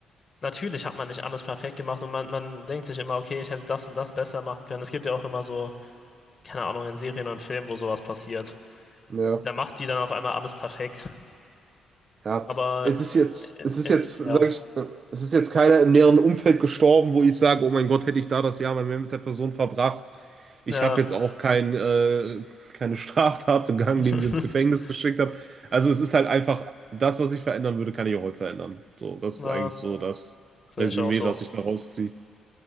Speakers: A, on the left; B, on the right.
A: natürlich hat man nicht alles perfekt gemacht und man, man denkt sich immer, okay, ich hätte das und das besser machen können. Es gibt ja auch immer so, keine Ahnung, in Serien und Filmen, wo sowas passiert.
B: Ja.
A: Da macht die dann auf einmal alles perfekt.
B: Ja,
A: Aber
B: es ist jetzt,
A: in,
B: es ist
A: in,
B: jetzt, sag
A: ja,
B: ich, äh, es ist jetzt keiner im näheren Umfeld gestorben, wo ich sage, oh mein Gott, hätte ich da das Jahr mal mehr mit der Person verbracht. Ich
A: ja,
B: habe jetzt auch kein, äh, keine Straftat begangen,
A: <laughs>
B: die mich ins Gefängnis geschickt hat. Also es ist halt einfach, das, was ich verändern würde, kann ich auch heute verändern. So, das
A: na,
B: ist eigentlich so das
A: sehe
B: Resümee,
A: ich auch so.
B: was ich daraus ziehe.